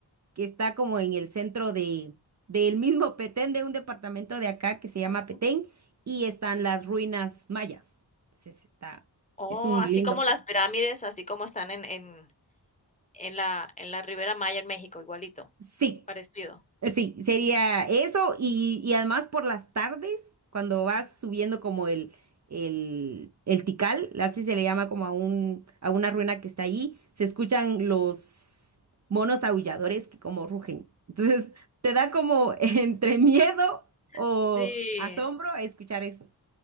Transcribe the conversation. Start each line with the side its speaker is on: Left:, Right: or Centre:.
Right: que está como en el centro de, del mismo Petén, de un departamento de acá que se llama
Left: Ujú.
Right: Petén, y están las ruinas mayas. Entonces está,
Left: Oh,
Right: es un
Left: así
Right: lindo
Left: como
Right: pasaje.
Left: las pirámides, así como están en en en la en la Ribera Maya en México, igualito,
Right: Sí.
Left: parecido.
Right: Eh, Sí, sería eso y, y además por las tardes, cuando vas subiendo como el, el, el Tikal, así se le llama como a un, a una ruina que está allí, se escuchan los monos aulladores que como rugen. Entonces, te da como <laughs> entre miedo o
Left: Sí,
Right: asombro a escuchar eso.